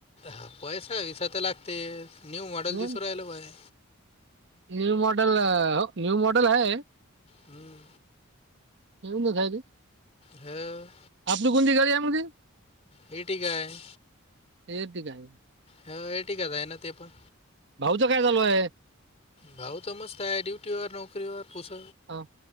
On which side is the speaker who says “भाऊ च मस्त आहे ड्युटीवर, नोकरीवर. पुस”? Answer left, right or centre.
Left